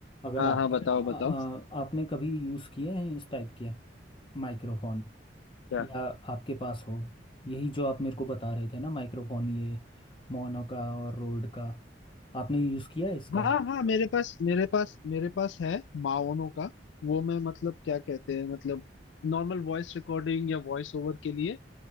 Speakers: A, on the left (about 30°); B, on the left (about 80°).
A: अगर
B: हाँ
A: आपके
B: हाँ बताओ
A: आ,
B: बताओ
A: आ, आपने कभी यूज़ किए हैं इस टाइप के माइक्रोफोन
B: क्या
A: या आपके पास हो यही जो आप मेरे को बता रहे थे ना माइक्रोफोन ये मोनो का और रोड का आपने यूज़ किया है इसका
B: हाँ हाँ मेरे पास मेरे पास मेरे पास है माओनो का वो मैं मतलब क्या कहते हैं मतलब नॉर्मल वॉइस रिकॉर्डिंग या वॉइस ओवर के लिए